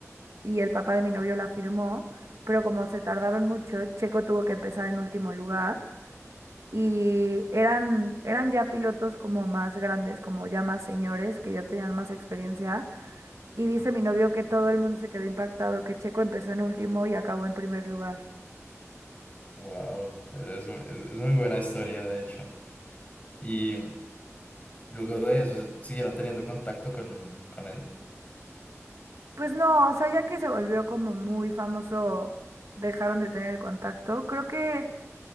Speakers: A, on the right; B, on the left.
A: y el papá de mi novio la firmó, pero como se tardaron mucho, Checo tuvo que empezar en último lugar y eran, eran ya pilotos como más grandes, como ya más señores, que ya tenían más experiencia. Y dice mi novio que todo el mundo se quedó impactado, que Checo empezó en último y acabó en primer lugar.
B: Wow, pero es, mu- es, es muy buena historia, de hecho. Y luego de eso, ¿siguieron teniendo contacto con, con él?
A: Pues no, o sea, ya que se volvió como muy famoso, dejaron de tener el contacto. Creo que